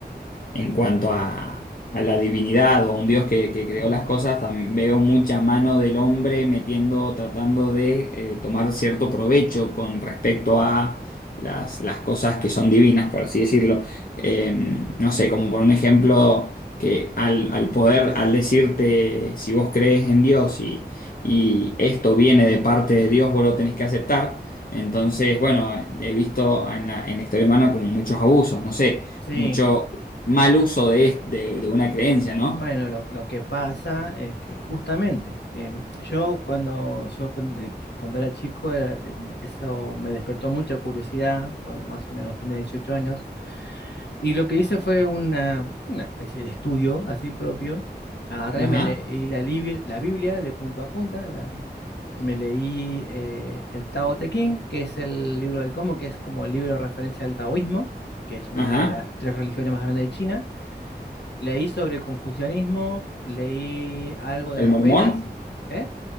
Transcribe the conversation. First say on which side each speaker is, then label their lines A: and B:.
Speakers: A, on the left (about 55°); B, on the left (about 80°).
A: en cuanto a, a la divinidad o un Dios que, que creó
B: Ujú.
A: las cosas, tam- veo mucha mano del hombre metiendo, tratando de eh, tomar cierto provecho con respecto a las, las cosas que son divinas, por así decirlo. Eh, no sé, como por un ejemplo, que al, al poder, al decirte si vos crees en Dios y, y esto viene de parte de Dios, vos lo tenés que aceptar. Entonces, bueno, he visto en la, en la historia humana como muchos abusos, no sé,
B: Sí.
A: mucho mal uso de, de, de una creencia, ¿no?
B: Bueno, lo, lo que pasa es que justamente em, yo cuando yo cuando, cuando era chico era, em, eso me despertó mucha curiosidad cuando más o menos tenía 18 años y lo que hice fue una, una especie de estudio así propio. Agarré,
A: Ajá,
B: me leí la, libi- la Biblia de punto a punta, la- me leí eh, el Tao Te Ching, que es el libro del cómo, que es como el libro de referencia al taoísmo, que es una
A: ajá.
B: de las tres religiones más grandes de China. Leí sobre el confucianismo, leí algo de
A: ¿El
B: los
A: mormón?
B: Vedas, ¿eh?